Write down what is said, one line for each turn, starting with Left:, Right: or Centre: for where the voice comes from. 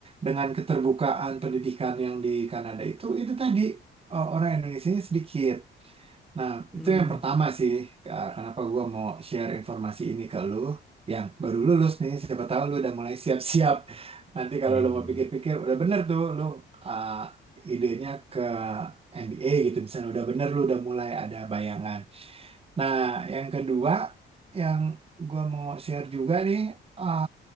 Right: dengan keterbukaan pendidikan yang di Kanada itu, itu tadi uh, orang Indonesia sedikit. Nah,
Centre: Hmm.
Right: itu yang pertama sih, Kak, kenapa gua mau share informasi ini ke lu yang baru lulus nih, siapa tahu lu udah mulai siap-siap. Nanti kalau
Centre: Iya
Right: lu
Centre: iya.
Right: mau pikir-pikir,
Centre: iya.
Right: udah bener tuh lu uh, idenya ke MBA gitu, misalnya udah bener lu udah mulai ada bayangan. Nah, yang kedua yang gua mau share juga nih, uh,